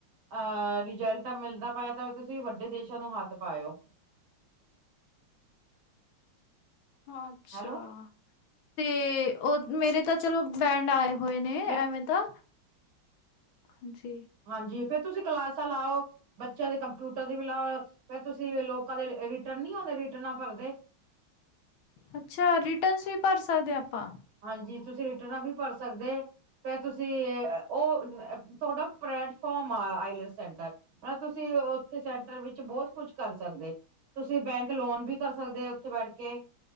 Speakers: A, on the right; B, on the left.
A: ਅਹ। ਰਿਜਲਟ ਤਾ ਮਿਲਦਾ ਪਿਆ ਤਾਵੀ ਤੁਸੀਂ ਵੱਡਾ ਵਡੇ ਦੇਸ਼ਾਂ ਨੂੰ ਹੱਥ ਪਾਇਓ।
B: ਅੱਛਾ।
A: ਹੈਲੋ
B: ਤੇ, ਉਹ ਮੇਰੇ ਤਾਂ ਚਲੋ ਬੈਂਡ ਆਏ। ਹੋਏ ਨੇ।
A: ਮੈਂ
B: ਐਵੇਂ ਤਾਂ, ਜੀ।
A: ਹਾਂਜੀ। ਫਿਰ ਤੁਸੀਂ ਕਲਾਸਾਂ ਲਾਓ ਬੱਚਿਆਂ ਦੇ ਕੰਪਿਊਟਰ ਦੀ ਵੀ ਲਾਓ, ਫੇਰ ਤੁਸੀਂ ਲੋਕਾਂ ਦੇ ਏਰਿਟਰਨ ਨੀ ਹੁੰਦੇ ਟ ਨਾ ਭਰਦੇ
B: ਅੱਛਾ ਰਿਟਰਨਸ ਵੀ ਭਰ ਸਕਦੇ ਆਪਾਂ
A: ਹਾਂਜੀ ਤੁਸੀਂ ਰਿਟਰਨਾਂ ਵੀ ਭਰ ਸਕਦੇ। ਫ ਤੁਸੀਂ ਉਹ ਤੁਹਾਡਾ ਪਲੈਟਫਾਰਮ ਆ ਆਈਲ ਸੈਂਟਰ ਮਤ ਤੁਸੀਂ ਉੱਥੇ ਸੈਂਟਰ ਵਿੱਚ ਬਹੁਤ ਕੁਛ ਕਰ ਸਕਦੇ ਤੁਸੀਂ ਬੈਂਕ ਲੋਨ ਵੀ ਕਰ ਸਕਦੇ ਉੱਥੇ ਬੈਠ ਕੇ